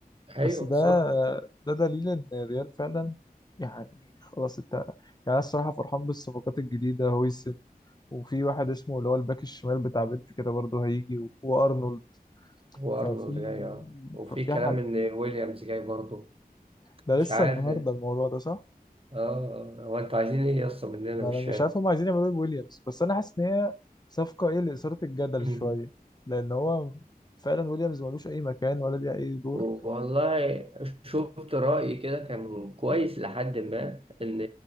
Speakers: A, on the right; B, on the left.
A: ايوه
B: بس ده
A: بالظبط
B: ده دليل ان الريال فعلا يعني خلاص انت يعني انا الصراحه فرحان بالصفقات الجديده هويسن وفي واحد اسمه اللي هو الباك الشمال بتاع بنفيكا كده برضه هيجي و- وارنولد
A: وارنولد
B: ففي
A: جاي اه وفي
B: ففي
A: كلام
B: حاجه
A: ان ويليامز جاي برضه
B: ده
A: مش
B: لسه
A: عارف
B: النهارده
A: اه
B: الموضوع ده صح؟
A: آه. هو انتوا عايزين ايه اصلا مننا
B: ما
A: مش
B: انا
A: فاهم
B: مش عارف هم عايزين يعملوا ايه بويليامز بس انا حاسس ان هي صفقه ايه لاثاره الجدل
A: <laughs>
B: شويه
A: <clears throat>
B: لان هو فعلا ويليامز ملوش اي مكان ولا ليه اي دور
A: والله شفت رأي كده كان كويس لحد ما إن